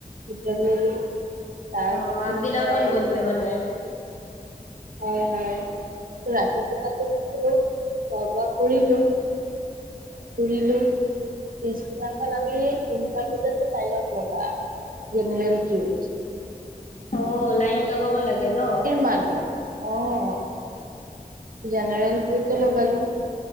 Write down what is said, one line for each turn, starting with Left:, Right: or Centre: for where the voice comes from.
Right: হোটেল ললো তাত
Left: অ
Right: কি
Left: আগদিনাখন
Right: কয়
Left: গৈছে মানে?
Right: হয় হয় ৰাতিটো তাতে থাকিলোঁ খোৱা বোৱা কৰিলোঁ ফুৰিলোঁ পিছদিনাখন আমি তিনিটা বজাতো লাইনত লগা জেনেৰেল ফ
Left: অ লাইন লগ কব লাগে ন
Right: মানুহ অ জেনেৰেল কিউটোলে গলো